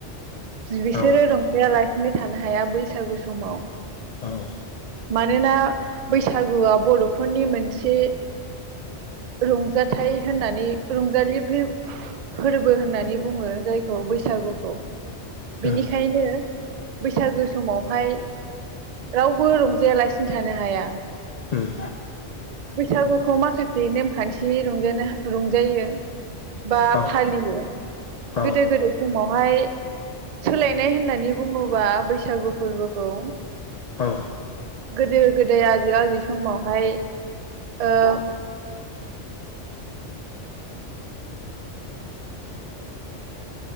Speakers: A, on the right; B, on the left.
A: बिसोरो
B: औ
A: रंजायालासिनो थानो हाया बैसागु समाव
B: औ
A: मानोना बैसागुआ बर'फोरनि मोनसे रंजाथाइ होननानै रंजालि फोरबो होननानै बुंङो जायखौ बैसागुखौ
B: उम
A: बिनिखायनो बैसागो समावहाय रावबो रं जेलासिनो थानो हाया।
B: उम
A: बैसागुखौ माखासे नेमखान्थि रंजानो रंजायो। बा
B: औ
A: फालियो
B: औ
A: गोदो गोदाय समावहाय। सोलायनाय होननानै बुंङोबा बैसागु फोरबोखौ
B: औ
A: गोदो गोदाय आजै आजै समावहाय औ सै